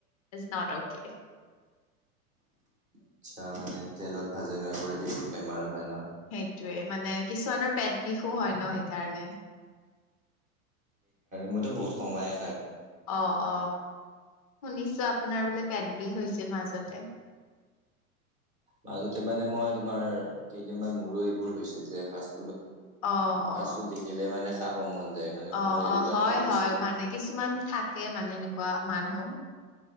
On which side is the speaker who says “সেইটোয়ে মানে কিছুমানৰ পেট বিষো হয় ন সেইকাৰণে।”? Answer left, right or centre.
Left